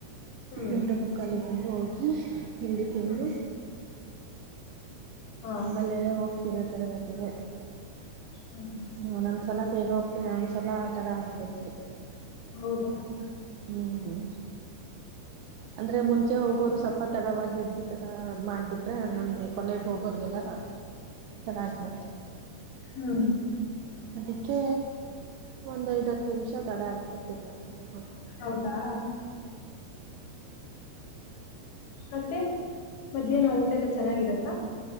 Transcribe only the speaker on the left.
ಹ್ಮ್
ಹ್ಮ್ ಹಾ
ಹ್ಮ್
ಹೌದಾ ಹ
ಹ್ಮ
ಹೌದಾ ಮತ್ತೆ ಮಧ್ಯಾಹ್ನ ಊಟ ಎಲ್ಲ ಚೆನ್ನಾಗಿರತ್ತಾ